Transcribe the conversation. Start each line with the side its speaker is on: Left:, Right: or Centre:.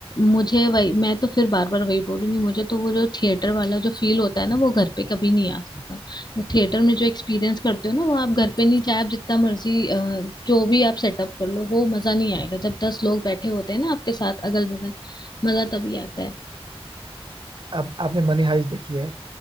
Left: मुझे वही मैं तो फिर बार बार वही बोलूंगी मुझे तो वो जो थिएटर वाला जो फील होता है ना वो घर पे कभी नहीं आ सकता वो थिएटर में जो एक्सपीरियंस करते हो ना वो आप घर पे नहीं चाहे आप जितना मर्जी अ, जो भी आप सेटअप कर लो वो मजा नहीं आएगा जब दस लोग बैठे होते हैं ना आपके साथ अगल बगल मजा तभी आता है
Right: अब आपने मनी हाइस्ट देखी है